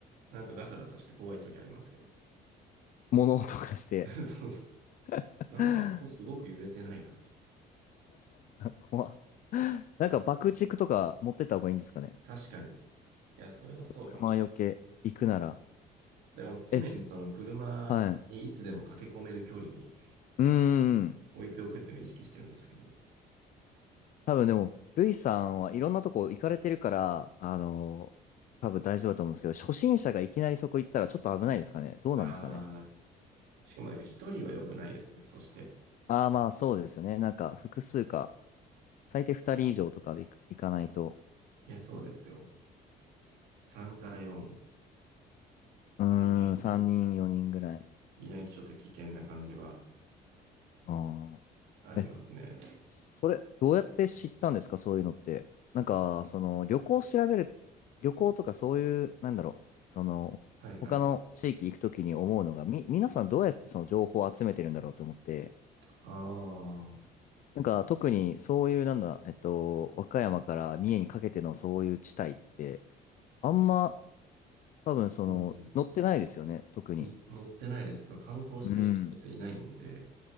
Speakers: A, on the right (about 85°); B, on the left (about 50°).
A: なんかガサガサして怖い時ありますけど。
B: 物音がして。
A: <laughs> そうそ
B: <laughs>
A: う。なんか、あ、ここすごく揺れてないかみたい
B: 怖っなんか爆竹とか持ってった方がいいんですかね。
A: な。確かに。いや、それはそうかもしれない。
B: 熊よけ行くなら。
A: だから常にその車にいつでも駆け込める距離に
B: え、はい。うーん。
A: 置いておくっていうのを意識してるんですけど。
B: 多分でも、ルイさんはいろんなとこ行かれてるから、あの、多分大丈夫だと思うんですけど、初心者がいきなりそこ行ったらちょっと危ないですかね。どうなんですかね。
A: ああ、しかもやっぱ一人は良くないですね。そして。
B: ああ、まあそうですよね。なんか複数か、最低2人以上とかで行く行かないと。
A: いや、そうですよ。3から4
B: うーん、
A: いないとちょ、
B: 3人、4人ぐらい。
A: いないとちょっと危険な感じは
B: あ
A: ありますね。
B: ーえ、それ、どうやって知ったんですか、そういうのって。なんか、その、旅行を調べる、旅行とかそういう、なんだろう、その、
A: はいはい。
B: 他の地域行くときに思うのが、み、皆さんどうやってその情報を集めてるんだろうと思って、
A: ああ、
B: なんか特にそういうなんだ、えっと、和歌山から三重にかけてのそういう地帯って、あんま多分その、
A: うん。
B: 乗ってないですよね、特に。
A: の乗ってないです。そう観光してる人別にいないんで、
B: うん。